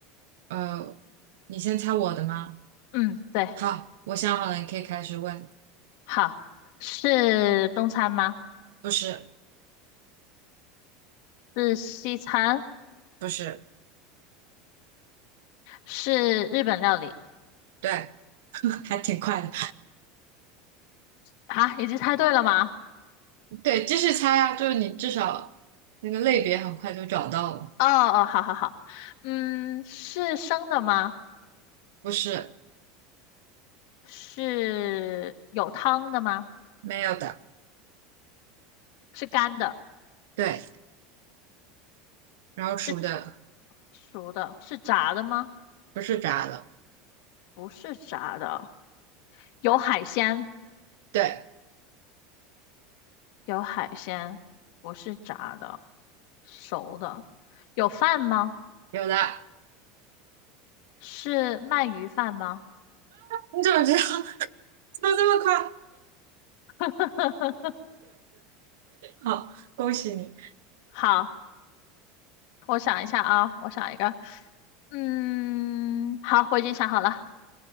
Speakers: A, on the right; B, on the left.
A: 呃，你先猜我的吗？
B: 嗯，对，
A: 好，我想好了，你可以开始问。
B: 好，是中餐吗？
A: 不是，
B: 是西餐？
A: 不是，
B: 是日本料理？
A: 对，<laughs> 还挺快的。
B: 啊，已经猜对了吗？
A: 对，继续猜啊，就是你至少那个类别很快就找到了。
B: 哦哦，好好好。嗯，是生的吗？
A: 不是，
B: 是有汤的吗？
A: 没有的。
B: 是干的？
A: 对，然后熟的，
B: 是熟的？是炸的吗？
A: 不是炸的。
B: 不是炸的。有海鲜？
A: 对，
B: 有海鲜，不是炸的，熟的。有饭吗？
A: 有的。<laughs>
B: 是鳗鱼饭吗？
A: 你怎么知道？<laughs> 怎么这么快？
B: <laughs>
A: 好，恭喜你。
B: 好，我想一下啊，我想一个。嗯，好，我已经想好了。